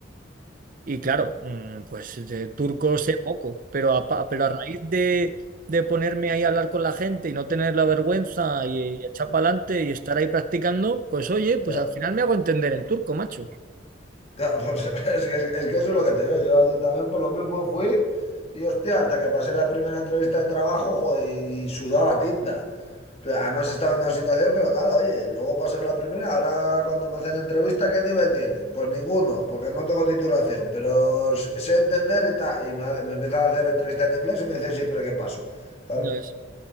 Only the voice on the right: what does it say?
Y claro, mm, pues de turco sé poco, pero a, pa- pero a raíz de, de ponerme ahí a hablar con la gente y no tener la vergüenza y, y echar para adelante y estar ahí practicando, pues oye, pues
al final me hago entender en turco, macho.
Ya ves.